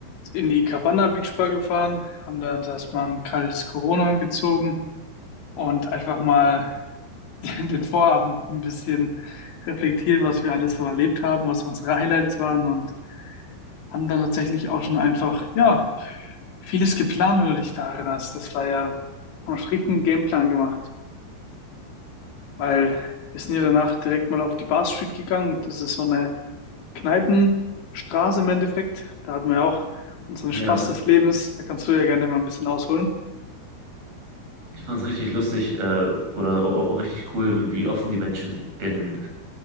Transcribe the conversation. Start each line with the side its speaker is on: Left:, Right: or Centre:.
Left: in die Cabana Beach Bar gefahren, haben da uns erstmal ein kaltes Corona gezogen und einfach mal <laughs> den Vorabend ein bisschen reflektiert, was wir alles so erlebt haben, was unsere Highlights waren. Und haben dann tatsächlich auch schon einfach, ja, vieles geplant, wenn du dich da erinnerst. Das war ja, haben einen strikten Gameplan gemacht, weil wir sind ja danach direkt mal auf die Bar Street gegangen. Das ist so eine Kneipenstraße im Endeffekt. Da hatten wir ja auch unseren
Right: ja.
Left: Spaß des Lebens. Da kannst du ja gerne mal ein bisschen ausholen.
Right: Ich fand es richtig lustig äh, oder au- au- richtig cool, wie offen die Menschen in